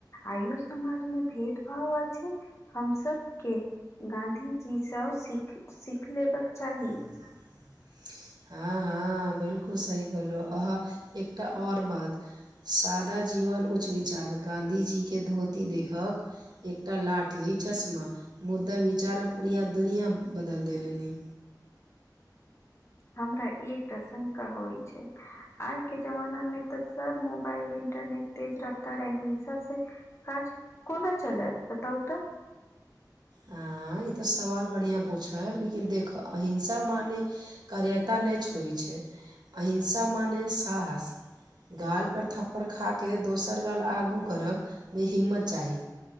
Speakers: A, on the left (about 40°); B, on the right (about 70°).
A: आइयो समाज में भेद भाव हम सब के गाँधी जी सब सीख लेब चाही
B: <unintelligible> हँ हँ बिलकुल सही कहहु अहाँ एकटा आओर बात सादा जीवन उच्च विचार गांधी जी के धोती देखक एकटा लाठी चश्मा मुदा विचार अ पूरा दुनिया बदल दे लेनी
A: हमरा ई एकटा शंका होइ छै आइ के जमाना मे तऽ सब मोबाइल इ इंटरनेट तेज रफ्तार अ हिंसा से काज कोना चलत बताउ तऽ
B: ह ई तऽ सवाल बढ़िया पूछै लेकिन देख अहिंसा मान करेता ने छ छै अहिंसा म ने साहस गालपर थप्पड़ खा कऽ दोसर गाल आगू करबमे हिम्मत चाही